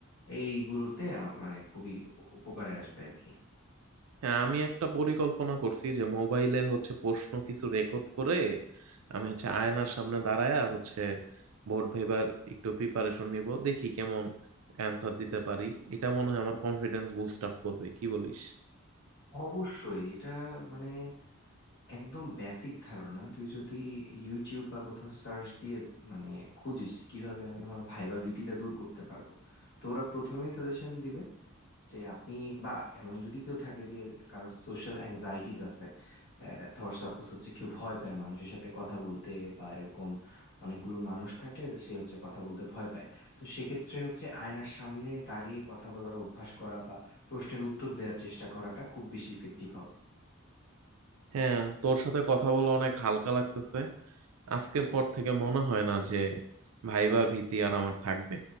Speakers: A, on the left (about 50°); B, on the right (about 80°).
A: এইগুলোতে আহ, মানে খুবই উপকারে আসবে আর কি
B: হ্যাঁ আমি একটা পরিকল্পনা করছি যে মোবাইলে হচ্ছে প্রশ্ন কিছু রেকর্ড করে আমি হচ্ছে আয়নার সামনে দাঁড়ায়া হচ্ছে বোর্ড ভেবার একটু প্রিপারেশন নিব দেখি কেমন অ্যান্সার দিতে পারি এটা মনে হয় আমার কনফিডেন্স বুস্ট আপ করবে কি বলিস
A: অবশ্যই এটা মানে একদম বেসিক ধারণা তুই যদি ইউটিউব বা কোথাও সার্চ দিয়ে মানে খুঁজিস যে কিভাবে আমি আমার ভাইবা ভীতিটা দূর করতে পারবো তো ওরা প্রথমেই সাজেশন দিবে যে আপনি বা এমন যদি কেউ থাকে যে কারো সোশ্যাল অ্যাংজাইটিস আছে আহ, ধর সাপোজ হচ্ছে কেউ ভয় পায় মানুষের সাথে কথা বলতে বা এরকম অনেকগুলো মানুষ থাকলে সে হচ্ছে কথা বলতে ভয় পায় তো সেক্ষেত্রে হচ্ছে আয়নার সামনে দাঁড়িয়ে কথা বলার অভ্যাস করা বা প্রশ্নের উত্তর দেওয়ার চেষ্টা করাটা খুব বেশি ইফেক্টিভ হবে
B: হ্যাঁ তোর সাথে কথা বলে অনেক হালকা লাগতেছে আজকের পর থেকে মনে হয় না যে ভাইবা ভীতি আর আমার থাকবে